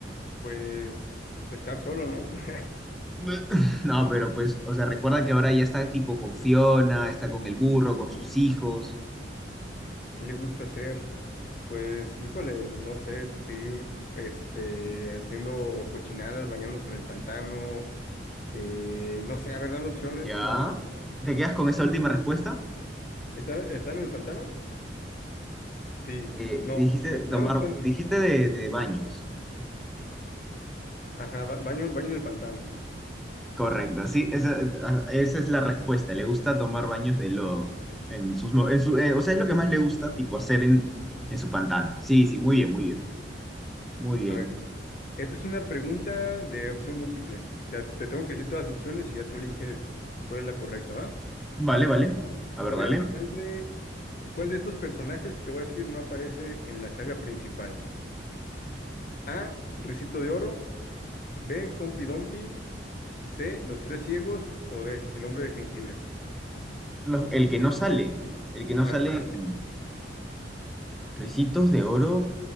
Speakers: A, on the left (about 50°); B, in the centre.
A: Pues estar solo, ¿no? <laughs>
B: Bleh. <laughs> No, pero pues, o sea, recuerda que ahora ya está tipo con Fiona, está con el burro, con sus hijos.
A: ¿Qué le gusta hacer? Pues, híjole, no sé, seguir este, haciendo cochinadas, bañándose en el pantano, eh, no sé, a ver, dame opciones,
B: ¿Ya?
A: no.
B: ¿Te quedas con esa última respuesta?
A: ¿Están, están en el pantano? Sí,
B: Eh,
A: no,
B: dijiste
A: me-
B: tomar,
A: dame opciones.
B: dijiste de, de baños.
A: Ajá, ba- baño, baño en el pantano.
B: Correcto, sí, esa, ah, esa es la respuesta. Le gusta tomar baños de lodo. En sus, mo- en su, eh, o sea, es lo que más le gusta, tipo, hacer en, en su pantano. Sí, sí, muy bien, muy bien, muy bien.
A: A ver, esta es una pregunta de opción múltiple. Te, te tengo que decir todas las opciones y ya tú eliges cuál es la correcta, ¿va?
B: Vale, vale. A ver,
A: A
B: dale.
A: ver, ¿cuál de, ¿Cuál de estos personajes que te voy a decir no aparece en la saga principal? A. Ricito de Oro. B. Humpty Dumpty. C. Los Tres Ciegos. O D. El Hombre de Jengibre.
B: Los- el que no sale, el que no
A: Ajá.
B: sale
A: El-
B: en Ricitos de Oro.